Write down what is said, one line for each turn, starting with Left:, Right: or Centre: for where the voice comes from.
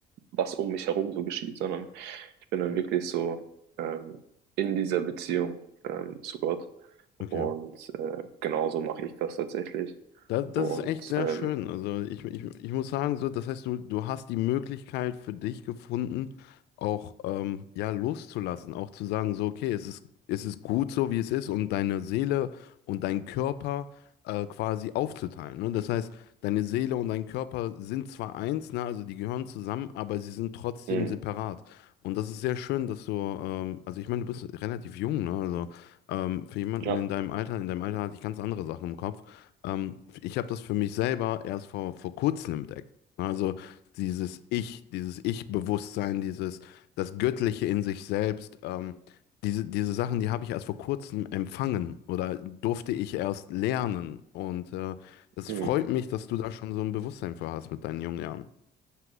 Right: was um mich herum so geschieht, sondern ich bin dann wirklich so ähm, in dieser Beziehung ähm, zu Gott.
Left: Okay.
Right: Und äh, genauso mache ich das tatsächlich.
Left: Das, das
Right: Und
Left: ist echt sehr
Right: ähm,
Left: schön. Also ich, ich, ich muss sagen, so, das heißt, du, du hast die Möglichkeit für dich gefunden, auch ähm, ja, loszulassen, auch zu sagen, so, okay, es ist, es ist gut so, wie es ist, und deine Seele und dein Körper äh, quasi aufzuteilen. Ne? Das heißt, deine Seele und dein Körper sind zwar eins, ne, also die gehören zusammen, aber sie sind trotzdem
Right: mh,
Left: separat. Und das ist sehr schön, dass du, ähm, also ich meine, du bist relativ jung, ne? Also ähm, für jemanden
Right: ja,
Left: in deinem Alter, in deinem Alter hatte ich ganz andere Sachen im Kopf. Ähm, ich habe das für mich selber erst vor, vor kurzem entdeckt. Also dieses Ich, dieses Ich-Bewusstsein, dieses das Göttliche in sich selbst, ähm, diese, diese Sachen, die habe ich erst vor kurzem empfangen oder durfte ich erst lernen. Und äh, das
Right: mh.
Left: freut mich, dass du da schon so ein Bewusstsein für hast mit deinen jungen Jahren.